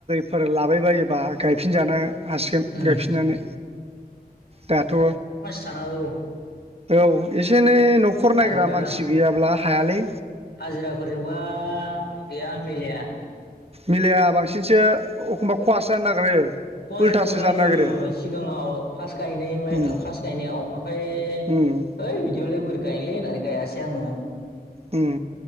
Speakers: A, on the right; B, on the left.
A: फोर लाबायबायोबा गायफिनजानो हासिगोन
B: उम
A: गायफिननानै दाथ'
B: हालौ
A: औ एसे एनै न'खर
B: हाजिरा
A: नायग्रा मानसि गैयाब्ला हायालै
B: हाजिराफोरजोंबा गैया मिलाया
A: मिलाया बांसिनसो एखमबा खहासो जानो नागिरो
B: खहा
A: उल्थासो
B: जादोंब्रा
A: जानो
B: आङो
A: नागिरो
B: सिगाङाव फास्त गायनाय
A: उम
B: फास्ट गायनायाव ओमफ्राय
A: उम
B: ओइ बिदिबालाय बोरै गायनोलै होननानै गायासै आङो
A: उम